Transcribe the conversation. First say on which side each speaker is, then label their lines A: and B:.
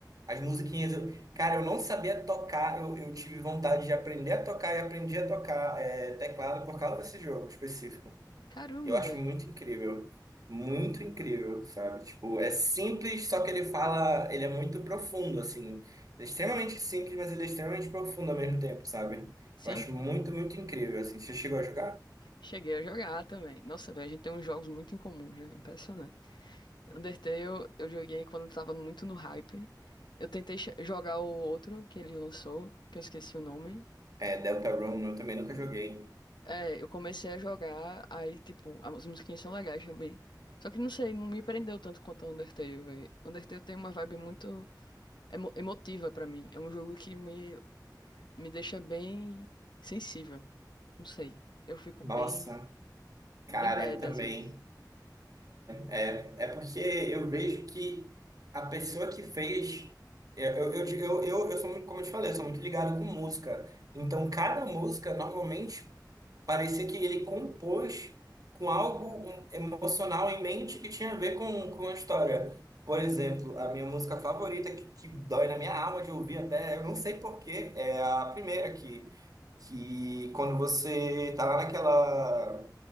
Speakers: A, on the right; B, on the left.
A: As musiquinhas, eu- cara, eu não sabia tocar, eu, eu tive vontade de aprender a tocar e aprendi a tocar é, teclado por causa desse jogo específico.
B: Caramba,
A: Eu acho
B: velho.
A: muito incrível. Muito incrível, sabe? Tipo, é simples, só que ele fala, ele é muito profundo, assim. Ele é extremamente simples, mas ele é extremamente profundo ao mesmo tempo, sabe?
B: Sim,
A: Eu acho muito, muito incrível, assim. Você chegou a jogar?
B: cheguei a jogar também. Nossa, velho, a gente tem uns jogos muito em comum, já. Impressionante. Undertale eu joguei quando tava muito no hype. Eu tentei che- jogar o outro que ele lançou, que eu esqueci o nome.
A: É, Deltarune, eu também nunca joguei.
B: É, eu comecei a jogar, aí, tipo, as musiquinhas são legais também. Só que não sei, não me prendeu tanto quanto o Undertale, velho. Undertale tem uma vibe muito emo- emotiva pra mim. É um jogo que me, me deixa bem sensível. Não sei. Eu fico
A: Nossa,
B: bem, bem
A: cara,
B: bad
A: eu também.
B: às vezes.
A: É, é porque eu vejo que a pessoa que fez. Eu, eu, eu, digo- eu, eu eu sou muito, como eu te falei, eu sou muito ligado com música. Então, cada música, normalmente. Parecia que ele compôs com algo um, emocional em mente que tinha a ver com, com a história. Por exemplo, a minha música favorita, que, que dói na minha alma de ouvir até, eu não sei por quê, é a primeira que, que quando você tá lá naquela,